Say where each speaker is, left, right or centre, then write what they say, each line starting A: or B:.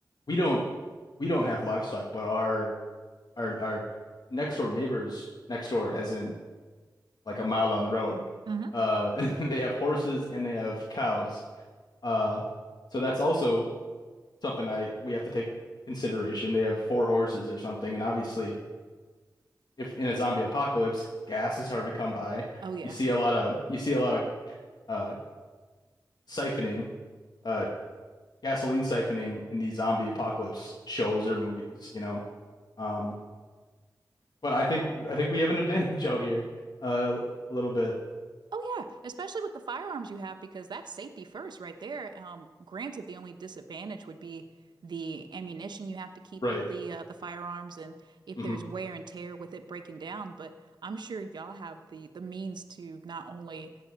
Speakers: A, on the left (about 65°); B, on the right (about 85°).
A: we don't we don't have livestock, but our our our next door neighbors next door, as in like a mile down the road.
B: hmm
A: Uh, <laughs> they have horses and they have cows. Uh, so that's also something I we have to take consideration. They have four horses or something, and obviously, if in a zombie apocalypse, gas is hard to come by.
B: Oh yeah.
A: You see a lot of you see a lot of uh siphoning, uh gasoline siphoning in these zombie apocalypse shows or movies, you know. Um, but I think I think we have an advantage <laughs> out here, uh, a little bit.
B: Oh yeah, especially with the firearms you have because that's safety first right there. Um, granted, the only disadvantage would be the ammunition you have to keep
A: Right.
B: with the uh, the firearms and if
A: hmm
B: there's wear and tear with it breaking down, but I'm sure y'all have the the means to not only